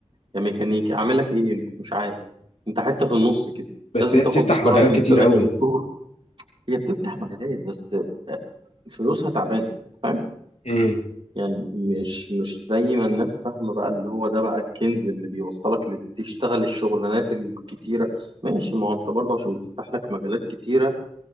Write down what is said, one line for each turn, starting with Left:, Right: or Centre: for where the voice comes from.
Right: يا ميكانيكي أعمل لك إيه أنت مش عارف أنت حتى في النص كده
Left: بس
Right: لازم
Left: هي بتفتح
Right: تاخد دكتور
Left: مجالات
Right: عشان
Left: كتير
Right: يقول
Left: قوي
Right: لك يا دكتور هي بتفتح مجالات بس آه، فلوسها تعبانة فاهم؟
Left: مم.
Right: يعني مش مش زي ما الناس فاهمة بقى اللي هو ده بقى الكنز اللي بيوصلك لت- تشتغل الشغلانات الكتيرة ماشي ما هو انت برضه عشان بتفتح لك مجالات كتيرة